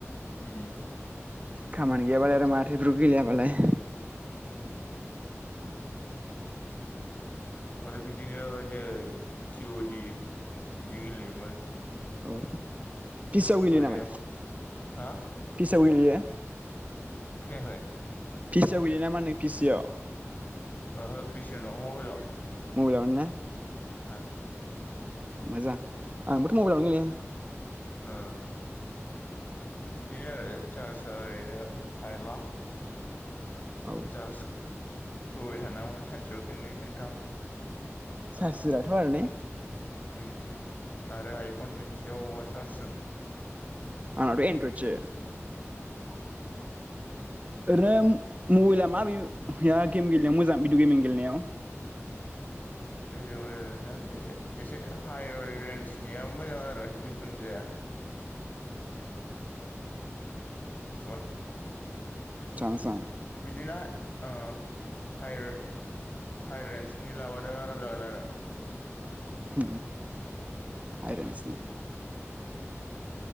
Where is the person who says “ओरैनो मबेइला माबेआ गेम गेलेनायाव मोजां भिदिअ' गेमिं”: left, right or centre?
Right